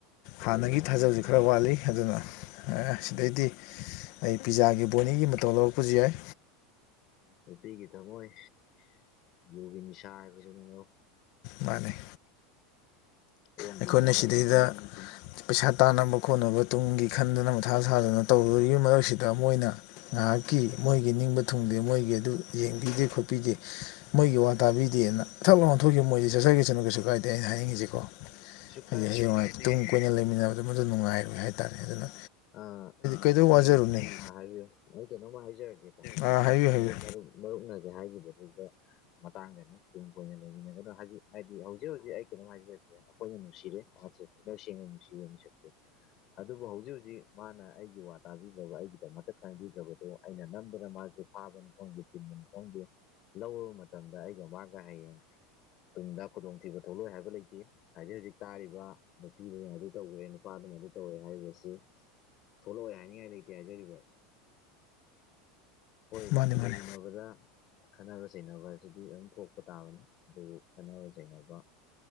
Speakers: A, on the left; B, on the left.
A: ꯊꯥꯖꯕꯤꯒꯅꯨ
B: ꯍꯥꯟꯅꯗꯒꯤ ꯊꯥꯖꯕꯁꯤ ꯈꯔ ꯋꯥꯠꯂꯤ ꯑꯗꯨꯅ
A: ꯎꯝ
B: ꯁꯤꯗꯩꯗꯤ ꯑꯩ ꯄꯤꯖꯥꯒꯤ ꯕꯣꯅꯤꯒꯤ ꯃꯇꯧ ꯂꯧꯔꯛꯄꯁꯨ ꯌꯥꯏ
A: ꯅꯨꯄꯤꯒꯤ ꯊꯝꯃꯣꯏ ꯌꯨꯒꯤ ꯅꯤꯁꯥ ꯍꯥꯏꯕꯗꯨꯅꯤ ꯃꯔꯨꯞ
B: ꯃꯥꯅꯦ
A: ꯑꯣꯟꯈꯤꯕ
B: ꯑꯩꯈꯣꯏꯅ
A: ꯈꯪꯍꯧꯕ
B: ꯁꯤꯗꯩꯗ
A: ꯅꯠꯇꯦ
B: ꯄꯩꯁꯥ ꯇꯥꯟꯅꯕ ꯈꯣꯠꯅꯕ ꯇꯨꯡꯒꯤ ꯈꯟꯗꯅ ꯃꯊꯥ ꯁꯥꯗꯅ ꯇꯧꯔꯤꯉꯩ ꯃꯔꯛꯁꯤꯗ ꯃꯣꯏꯅ ꯉꯥꯏꯍꯥꯛꯀꯤ ꯃꯣꯏꯒꯤ ꯅꯤꯡꯕ ꯊꯨꯡꯗꯦ ꯃꯣꯏꯒꯤ ꯑꯗꯨꯝ ꯌꯦꯡꯕꯤꯗꯦ ꯈꯣꯠꯄꯤꯗꯦ ꯃꯣꯏꯒꯤ ꯋꯥ ꯇꯥꯕꯤꯗꯦꯅ ꯊꯛ ꯂꯥꯎꯅ ꯑꯣꯟꯊꯣꯛꯈꯤꯕ ꯃꯣꯏꯗꯤ ꯆꯠꯆꯒꯤꯁꯅꯨ ꯀꯩꯁꯨ ꯀꯥꯏꯗꯦ ꯑꯩꯅ ꯍꯥꯏꯅꯤꯡꯉꯤꯁꯦꯀꯣ
A: ꯀꯩꯁꯨ
B: ꯍꯥꯏꯗꯤ
A: ꯀꯥꯏꯗꯦ
B: ꯍꯌꯦꯡꯋꯥꯏ ꯇꯨꯡ ꯀꯣꯏꯅ ꯂꯩꯃꯤꯟꯅꯕꯗꯨ ꯃꯗꯨ ꯅꯨꯡꯉꯥꯏꯔꯣꯏ ꯍꯥꯏꯇꯥꯔꯦ ꯑꯗꯨꯅ
A: ꯑ
B: ꯀꯩꯗꯧ ꯋꯥꯖꯔꯨꯅꯤ
A: ꯑꯩ ꯍꯥ ꯍꯥꯏꯕꯤꯌꯨ ꯑꯩ ꯀꯩꯅꯣꯝꯃ ꯍꯥꯏꯖꯔꯛꯒꯦꯀꯣ
B: ꯑꯥ ꯍꯥꯏꯕꯤꯌꯨ ꯍꯥꯏꯕꯤꯌꯨ
A: ꯃꯔꯨꯞ ꯃꯔꯨꯞ ꯃꯔꯨꯞꯅ ꯍꯧꯖꯤꯛ ꯍꯥꯏꯒꯤꯕꯗꯨꯗ ꯃꯇꯥꯡꯗꯅꯤ ꯇꯨ ꯀꯣꯏꯅ ꯂꯩꯃꯤꯟꯅꯒꯅꯣ ꯍꯧꯖꯤꯛ ꯍꯥꯏꯗꯤ ꯍꯧꯖꯤꯛ ꯍꯧꯖꯤꯛ ꯑꯩ ꯀꯩꯅꯣꯝ ꯍꯥꯏꯖꯔꯛꯀꯦ ꯑꯩꯈꯣꯏꯅ ꯅꯨꯡꯁꯤꯔꯦ ꯃꯍꯥꯛꯁꯦ ꯊꯃꯣꯏꯁꯦꯡꯅ ꯅꯨꯡꯁꯤꯔꯦ ꯃꯤꯁꯛꯁꯦ ꯑꯗꯨꯕꯨ ꯍꯧꯖꯤꯛ ꯍꯧꯖꯤꯛ ꯍꯧꯖꯤꯛ ꯃꯥꯅ ꯑꯩꯒꯤ ꯋꯥ ꯇꯥꯕꯤꯗ꯭ꯔꯕ ꯑꯩꯒꯤꯗꯃꯛꯇ ꯈꯟꯕꯤꯗ꯭ꯔꯕꯗꯣ ꯑꯩꯅ ꯅꯝꯗꯅ ꯃꯥꯁꯦ ꯐꯥꯕꯅꯤ ꯈꯪꯗꯦ ꯄꯨꯟꯕꯅꯤ ꯈꯪꯗꯦ ꯂꯧꯔꯕ ꯃꯇꯝꯗ ꯑꯩꯒ ꯃꯥꯒ ꯍꯌꯦꯡ ꯇꯨꯡꯗ ꯈꯨꯗꯣꯡꯊꯤꯕ ꯊꯣꯛꯂꯛꯑꯣꯏ ꯍꯥꯏꯕ ꯂꯩꯇꯦ ꯍꯧꯖꯤꯛ ꯍꯧꯖꯤꯛ ꯇꯥꯔꯤꯕ ꯅꯨꯄꯤꯗꯨꯅ ꯑꯗꯨ ꯇꯧꯒ꯭ꯔꯦ ꯅꯨꯄꯥꯗꯨꯅ ꯑꯗꯨ ꯇꯧꯒ꯭ꯔꯦ ꯍꯥꯏꯔꯤꯕꯁꯤ ꯊꯣꯛꯂꯛꯑꯣꯏ ꯍꯥꯏꯅꯤꯡꯉꯥꯏ ꯂꯩꯇꯦ ꯍꯥꯏꯖꯔꯤꯕ ꯍꯣꯏ
B: ꯃꯥꯅꯤ ꯃꯥꯅꯤ
A: ꯂꯩꯃꯤꯟꯅꯕꯗ ꯈꯠꯅꯕ ꯆꯩꯅꯕ ꯍꯥꯏꯕꯁꯤꯗꯤ ꯑꯗꯨꯝ ꯊꯣꯛꯄ ꯇꯥꯕꯅꯤ ꯑꯗꯨꯕꯨ ꯈꯠꯅꯕ ꯆꯩꯅꯕ